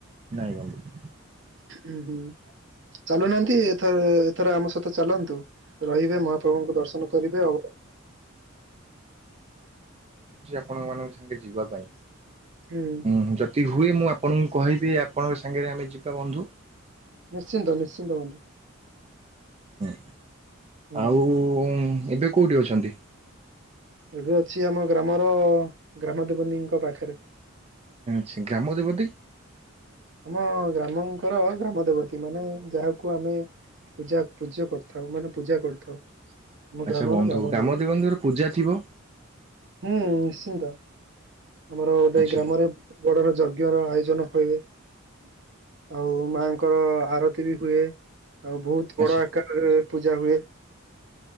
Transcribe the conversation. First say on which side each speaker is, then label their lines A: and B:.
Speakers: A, on the right; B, on the right.
A: ନାଇଁ ବନ୍ଧୁ।
B: ଉଁ ହୁଁ ଚାଲୁନାହାନ୍ତି ଏଥର ଏଥର ଆମ ସହିତ ଚାଲନ୍ତୁ। ରହିବେ ମହାପ୍ରଭୁଙ୍କୁ ଦର୍ଶନ କରିବେ ଆଉ।
A: ଆପଣ ମାନଙ୍କ ସାଙ୍ଗେ ଯିବା ପାଇଁ।
B: ହୁଁ।
A: ଉଁ ଯଦି ହୁଏ ମୁଁ ଆପଣଙ୍କୁ କହିବି ଆପଣଙ୍କ ସାଙ୍ଗରେ ଆମେ ଯିବା ବନ୍ଧୁ।
B: ନିଶ୍ଚିତ ନିଶ୍ଚିତ ବନ୍ଧୁ।
A: ହଁ
B: ହୁଁ।
A: ଆଉ ଏବେ କୋଉଠି ଅଛନ୍ତି।
B: ଏବେ ଅଛି ଆମ ଗ୍ରାମର ଗ୍ରାମ ଦେବନୀଙ୍କ ପାଖରେ।
A: ଆଛା ଗ୍ରାମ ଦେବତି।
B: ଆମ ଗ୍ରାମଙ୍କର ଗ୍ରାମ ଦେବତୀ ମାନେ ଯାହାକୁ ଆମେ। ପୂଜା ପୂଜା କରିଥାଉ ମାନେ ପୂଜା କରିଥାଉ। ଆମ
A: ଆଚ୍ଛା
B: ଗ୍ରାମର
A: ବନ୍ଧୁ
B: ଗ୍ରାମ
A: ଗ୍ରାମଦେବୀଙ୍କର
B: ଦେବତୀ।
A: ପୂଜା ଥିବ।
B: ହୁଁ ନିଶ୍ଚିନ୍ତ ଆମର ଗୋଟେ
A: ଆଚ୍ଛା
B: ଗ୍ରାମର। ବଡର ଯଜ୍ଞର ଆୟୋଜନ ହୁଏ। ଆଉ ମାଆଙ୍କର ଆରତି ବି ହୁଏ ଆଉ ବହୁତ
A: ଆଚ୍ଛା।
B: ବଡ ଆକାର <inaudible> ପୂଜା ହୁଏ।